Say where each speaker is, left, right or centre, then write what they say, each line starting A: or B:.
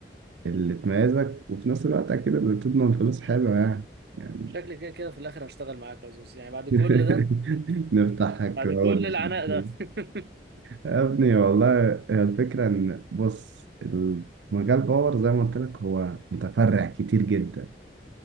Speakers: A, on the right; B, on the right.
A: اللي تميزك وفي نفس الوقت اكيد اللي تضمن فلوس حلوه يعني يعني
B: شكلي كده كده في الاخر هشتغل معاك يا زوز يعني بعد
A: <laughs>
B: كل ده
A: نفتحها كده
B: بعد كل
A: أول
B: العناء
A: اسبوع.
B: ده <laughs>
A: يا ابني والله هي الفكرة إن بص المجال باور زي ما قلت لك هو متفرع كتير جدا